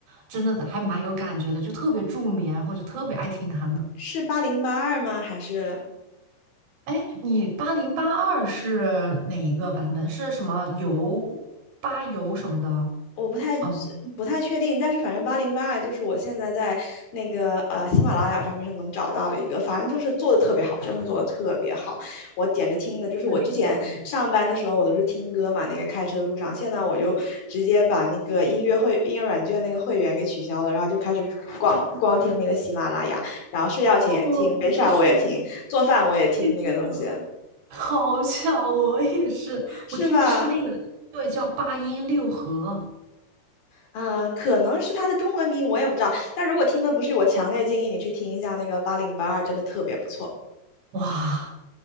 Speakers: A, on the right; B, on the left.
A: 真的还蛮有感觉的，就特别助眠，然后就特别爱听他的。
B: 是八零八二吗？还是
A: 哎，你八零八二是哪一个版本？是什么油八油什么的？
B: 我不太
A: 哦，
B: 不太确定，但是反正八零八二就是我现在在那个呃喜马拉雅上面是能找到的一个，反正就是做的特别好，真的做的特别好，我简直听的就是我之前上班的时候我都是听歌嘛，
A: 是这样。
B: 那个开车路上，现在我就直接把那个音乐会音乐软件那个会员给取消了，然后就开始光光听那个喜马拉雅，然后睡觉前也听，
A: 哦，
B: 没事儿我也听，
A: 我也是
B: 做饭我也听那个东西，
A: 天呐 <laughs> 好巧，我也是，
B: 是吧？
A: 我听的是那个，对，叫八音六合。
B: 啊，可能是它的中文名，我也不知道。但如果听的不是，我强烈建议你去听一下那个八零八二，真的特别不错，
A: 哇